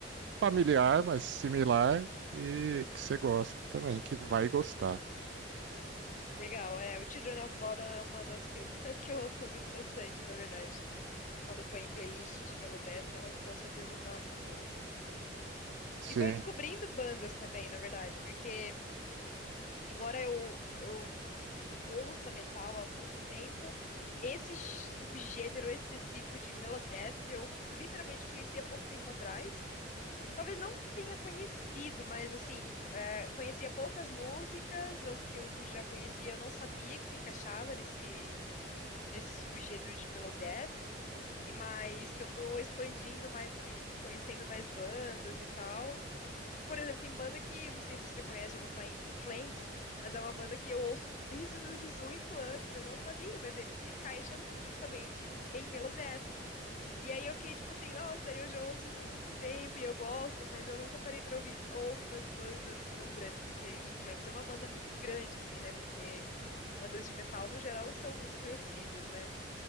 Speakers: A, on the right; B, on the left.
A: familiar, mais similar e que você gosta também, que vai gostar.
B: Legal, é. O Children of Bodom é uma das que eu, <laughs> que eu ando ouvindo bastante, na verdade. Quando eu ponho em playlist de Megadeth, ela com certeza tá no meio.
A: Sim.
B: E tô descobrindo bandas também, na verdade, porque embora eu, eu ouça metal há muito tempo, esse subgênero específico de Melodeath eu literalmente conheci há pouco tempo atrás. Talvez não tenha conhecido, mas assim, é, conhecia poucas músicas, as que eu já conhecia eu não sabia que se encaixava nesse, nesse subgênero de Melodeath e mas que eu tô expandindo mais, assim, tipo, conhecendo mais bandas e tal. Por exemplo, tem banda que, eu não sei se você conhece, já ouviu falar em, In Flames, mas é uma banda que eu ouço desde os meus 18 anos, eu não sabia, mas eles se encaixam justamente em Melodeath. E aí eu fiquei tipo assim, nossa, eu já ouço isso há tanto tempo e eu gosto, mas eu nunca parei pra ouvir outras bandas tão grandes, porque In Flames é uma banda muito grande, assim, né? Porque bandas de metal, no geral, não são muito conhecidas, né?